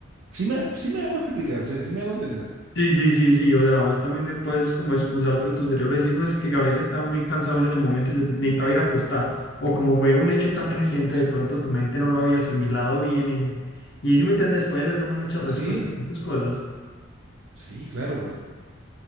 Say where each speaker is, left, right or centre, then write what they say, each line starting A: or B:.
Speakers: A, on the right; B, on the left.
A: sí me, sí me hago explicar, sí, sí me hago entender.
B: sí, sí, sí, sí. O sea, vos también te puedes como excusarte a tu cerebro y decir, no, es que Gabriel estaba muy cansado en ese momento y se necesitaba ir a acostar. O como fue un hecho tan reciente, de pronto tu mente no lo había asimilado bien y, y si me entiendes, puede ser también muchas respuestas,
A: Sí,
B: muchas cosas.
A: sí, claro, pero, o